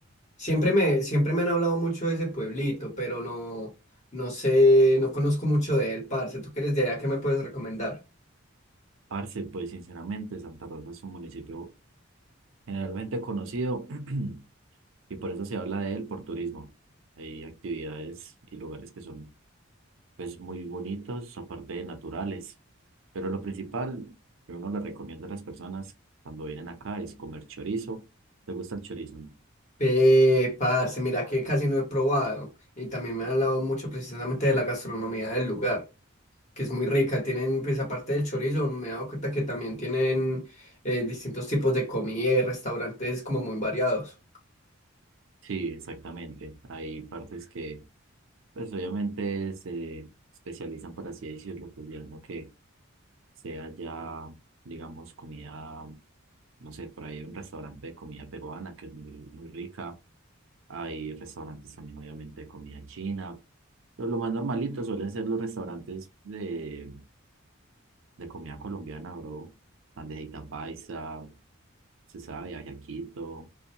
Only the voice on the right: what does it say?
Parce, pues sinceramente, Santa Rosa es un municipio generalmente conocido <clears throat> y por eso se habla de él por turismo. Hay actividades y lugares que son pues muy bonitos, aparte de naturales. Pero lo principal que uno le recomienda a las personas cuando vienen acá es comer chorizo. ¿Te gusta el chorizo, no?
Sí, exactamente. Hay partes que, pues obviamente se especializan, por así decirlo, pues ya en lo que sea ya, digamos, comida, no sé, por ahí hay un restaurante de comida peruana que es muy, muy rica. Hay restaurantes también, obviamente, de comida china. Pero lo más normalito suelen ser los restaurantes de, de comida colombiana, bro. Bandejita paisa, se sabe, ajiaquito,